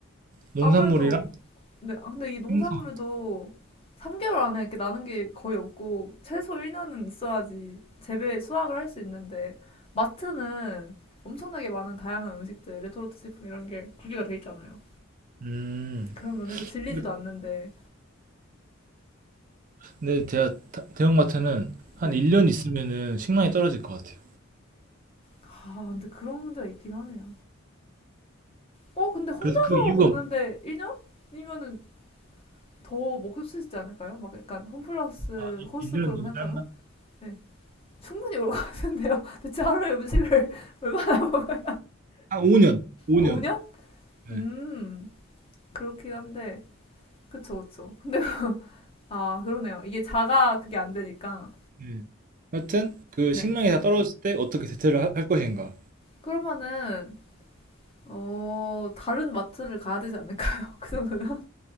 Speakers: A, on the right (about 40°); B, on the left (about 30°).
A: 농산물이랑
B: 아무래도 네, 아, 근데 이 농산물도
A: 생선.
B: 3개월 안에 이렇게 나는 게 거의 없고 최소 1년은 있어야지 재배 수확을 할 수 있는데 마트는 엄청나게 많은 다양한 음식들, 레토르트 식품 이런 게 구비가 돼 있잖아요.
A: 음.
B: 그런 면에서 질리지도
A: 근데
B: 않는데
A: 근데 제가 다- 대형마트는 한
B: 네.
A: 1년 있으면은 식량이 떨어질 것 같아요.
B: 아, 근데 그런 문제가 있긴 하네요. 어, 근데 혼자서
A: 그래서 그 이유가
B: 먹는데
A: 뭐-
B: 1년이면은 더 먹을 수 있지 않을까요? 막 약간 홈플러스,
A: 아, 1년은
B: 코스트코 이런
A: 너무
B: 거 생각하면?
A: 짧나?
B: 네. 충분히 올 것 같은데요. <laughs> 대체 하루에 음식을 <laughs> 얼마나 먹어요?
A: 한 5년, 5년.
B: 5년?
A: 네,
B: 음, 그렇긴 한데, 그쵸, 그쵸. 근데, <laughs> 아, 그러네요. 이게 자가 그게 안 되니까.
A: 네. 하여튼 그
B: 네.
A: 식량이 다 떨어질 때 어떻게 대체를 하- 할 것인가?
B: 그러면은, 어, 다른 마트를 가야 되지 않을까요? <laughs> 그 정도면?